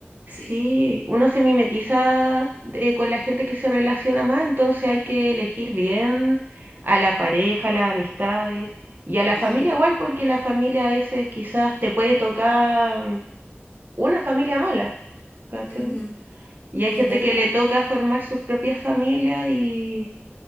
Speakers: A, on the left; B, on the right.
A: Sí,
B: Sí, uno se mimetiza de- con la gente que se relaciona más, entonces hay que elegir bien a la pareja, a las amistades y a la familia
A: es, ver-
B: igual, porque la familia a veces quizás te puede tocar una familia mala, ¿cachai?
A: Ujú,
B: Y hay
A: es
B: gente
A: verdad.
B: que le toca formar sus propias familias y